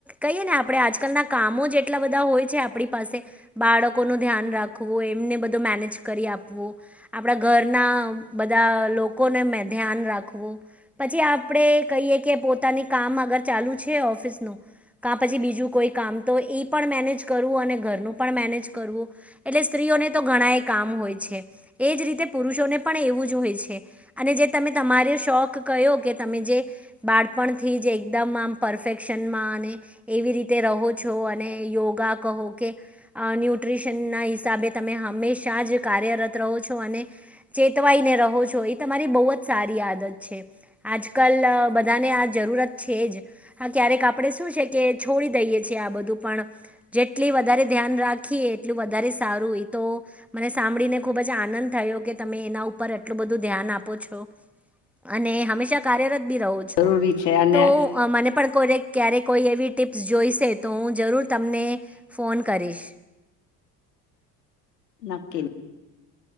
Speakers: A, in the centre; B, on the left (about 75°).
A: કહીએ ને આપણે આજકાલના કામો જટલા બધા બધા હોય છે. આપણી પાસે બાળકો નું ધ્યાન રાખવું એમને બધું મેનેજ કરી આપવું આપણા ઘરના બધા લોકોને મેં ધ્યાન રાખવું પછી આપડે કહીએ કે પોતાની કામગર ચાલુ છે. ઓફિસ ન ક પછી બીજું કોઈ કામ તો એ પણ મેનેજ કરવું અને ઘરનું પણ મેનેજ કરવું એટલે સ્ત્રીઓને તો ઘણા એ કામ હોય છે. એજ રીતે પુરુષોને પણ એવું જ હોય છે. અને જે તમે તમારે શોખ કહ્યો કે તમે જે બાળપણથી જ એકદમ આમ પરફેક્શનમાં અને એવી રીતે રહો છો. અને યોગા કહો કે ન્યુટ્રીશન ના હિસાબે તમે હંમેશા જ કાર્યરત રહો ચેતવાઈને રહો છો. એ તમારી બહુ જ સારી આદત છે. આજકાલ બધાને આ જરૂરત છે. જ હા ક્યારેક આપણે શું છે. કે છોડી દઈએ છીએ. છે આ બધું પણ, જેટલી વધારે ધ્યાન રાખીએ એટલું વધારે સારું તો મને સાંભળીને ખુબ જ આનંદ થયો કે તમે એના ઉપર એટલું બધું ધ્યાન આપો છો. અને હંમેશા કાર્યરત રહો છો.
B: જરૂરી છે અને
A: તો મને પણ કોય દ ક્યારે કોઈ એવી ટીપ્સ જોઈશે તો હું જરૂર તમને ફોન કરીશ.
B: નકકી.